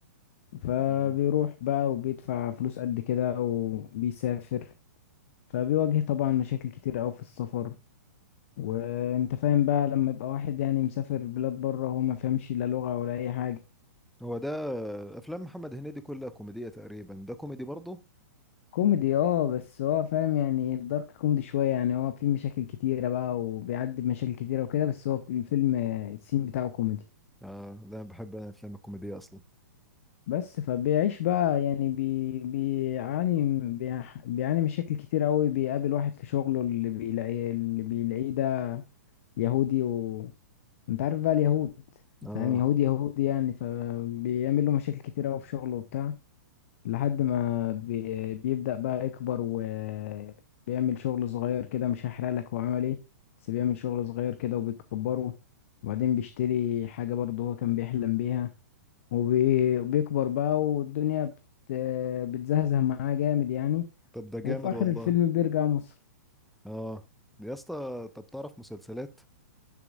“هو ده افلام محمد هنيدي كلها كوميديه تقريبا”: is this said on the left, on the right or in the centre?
Centre